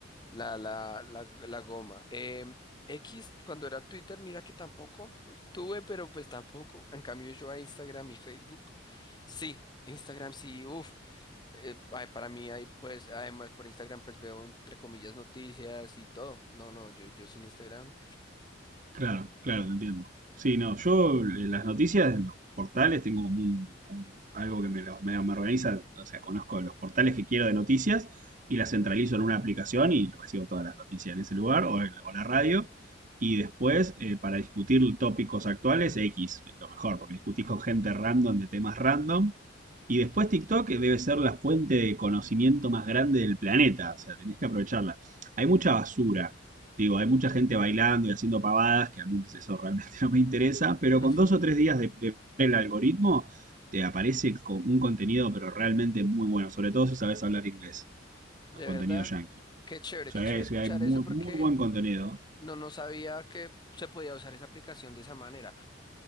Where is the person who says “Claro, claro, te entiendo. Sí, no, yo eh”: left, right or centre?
Right